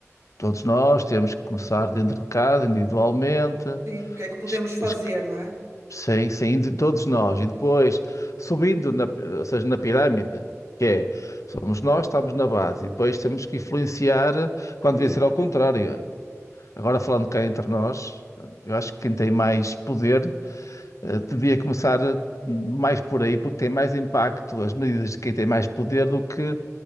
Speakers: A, on the left; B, on the right.
A: todos nós temos que começar dentro de casa, individualmente,
B: Sim, o que é que podemos
A: es-
B: fazer,
A: es-
B: não é?
A: sem, sem indi- todos nós. E depois subindo, na, pi- ou seja, na pirâmide, que é, somos nós, estamos na base. E depois temos que influenciar, quando devia
B: Exatamente.
A: ser ao contrário. Agora falando cá entre nós, eu acho que quem tem mais poder, eh, devia começar eh, mais por aí, porque tem mais impacto as medidas de quem tem mais poder do que